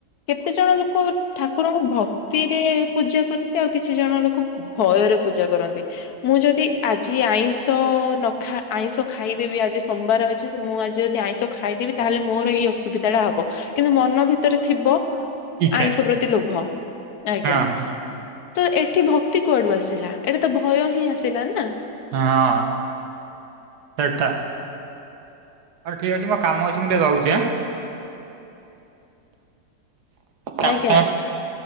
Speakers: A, on the left; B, on the right.
A: କେତେ ଜଣ ଲୋକ ଠାକୁରଙ୍କୁ ଭକ୍ ଭକ୍ତିରେ ପୂଜା କରନ୍ତି ଆଉ କିଛି ଜଣ ଲୋକ ଭୟରେ ପୂଜା କରନ୍ତି। ମୁଁ ଯଦି ଆଜି ଆଇଁଷ ନଖା ଆଇଁଷ ଖାଇଦେବି ଆଜି ସୋମବାର ଅ ଅଛି। ମୁଁ ଆଜି ଯଦି ଆଇଁଷ ଖାଇଦେବି ତାହଲେ ମୋ ଏଇ ଅସୁବିଧାଟା ହବ। କିନ୍ତୁ ମନ ଭିତରେ ଥିବ
B: ଇଚ୍ଛା
A: ଆଇଁଷ ପ୍ରତି ଲୋଭ ଆଜ୍ଞା।
B: ହଁ
A: ତ ଏଠି ଭକ୍ତି କୁଆଡୁ ଆସିଲା? ଏଟା ତ ଭୟ ହିଁ ଆସିଲା ନା।
B: ହଁ ସେଟା ହଉ ଠିକ ଅଛି। ମୋର କାମ ଅଛି ମୁଁ ଟିକେ ରହୁଛି ଆଁ। କାମ-
A: ଆଜ୍ଞା
B: ତମେ
A: ଆଜ୍ଞା।